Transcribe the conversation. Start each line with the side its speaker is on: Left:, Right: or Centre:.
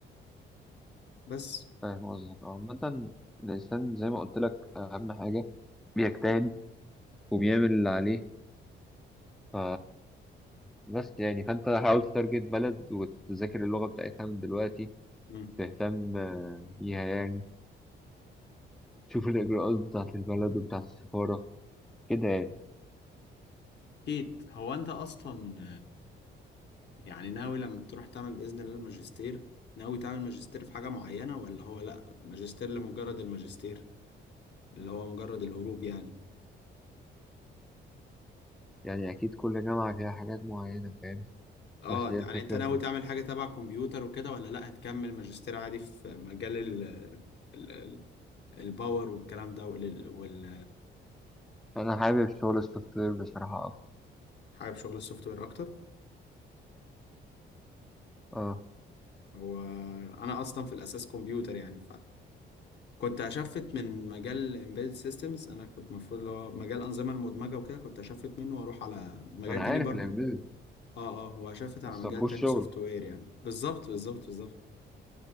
Left: بس
Centre: فاهم قصدك اه عامه الانسان زي ما قلت لك اهم حاجه بيجتهد وبيعمل اللي عليه ف بس يعني فانت حاول تتارجت بلد وتذاكر اللغة بتاعتها من دلوقتي
Left: مم.
Centre: تهتم آه، بيها يعني تشوف الإجراءات بتاعة البلد وبتاعة السفارة كده يعني
Left: أكيد هو أنت أصلا يعني ناوي لما تروح تعمل بإذن الله الماجستير ناوي تعمل ماجستير في حاجة معينة ولا هو لأ ماجستير لمجرد الماجستير اللي هو مجرد الهروب يعني
Centre: يعني أكيد كل جامعة فيها حاجات معينة فاهم
Left: اه
Centre: بس هي
Left: يعني
Centre: الفكرة
Left: انت ناوي تعمل حاجة تبع كمبيوتر وكده ولا لا هتكمل ماجستير عادي في مجال ال ال ال- الباور والكلام ده وال وال-
Centre: أنا حابب شغل السوفت وير بصراحة أكتر
Left: حابب شغل السوفت وير اكتر
Centre: أه
Left: وانا اصلا في الاساس كمبيوتر يعني فكنت هشفت من مجال embedded systems انا كنت المفروض اللي هو مجال الانظمة المدمجة وكده كنت هشفت منه واروح على مجال
Centre: أنا
Left: تاني
Centre: عارف
Left: برضو
Centre: الإمبيدد
Left: اه اه وهشفت
Centre: بس
Left: على مجال
Centre: مفهوش
Left: تاني
Centre: شغل
Left: سوفت وير يعني بالظبط بالظبط بالظبط